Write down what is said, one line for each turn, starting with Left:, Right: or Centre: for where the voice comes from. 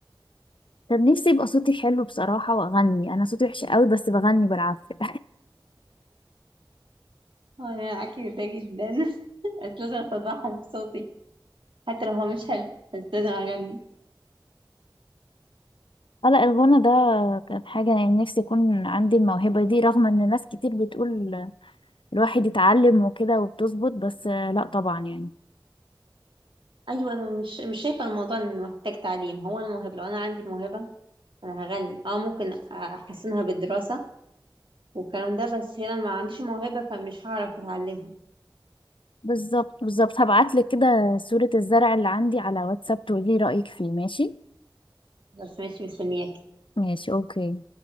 Left: طب نفسي يبقى صوتي حلو بصراحة وأغني أنا صوتي وحش قوي بس بغني بالعافية <laughs>
Right: وانا معاكي في ده جدا <laughs> بس لازم اصدعها بصوتي حتى لو هو مش حلو بس لازم اغني
Left: آه لا الغنى ده كانت حاجة يعني نفسي يكون عندي الموهبة دي رغم إن ناس كتير بتقول الواحد يتعلم وكده وبتظبط بس آه، لا طبعا يعني
Right: ايوه انا مش مش شايفه الموضوع انه محتاج تعليم هو انا موهبه لو انا عندي الموهبه انا هغني اه ممكن احسنها بالدراسه والكلام ده بس هنا ما عنديش موهبة فمش هعرف اتعلمها
Left: بالظبط بالظبط هبعتلك كده صورة الزرع اللي عندي على واتساب تقولي رأيك فيه ماشي
Right: بس ماشي مستنياك
Left: ماشي أوكي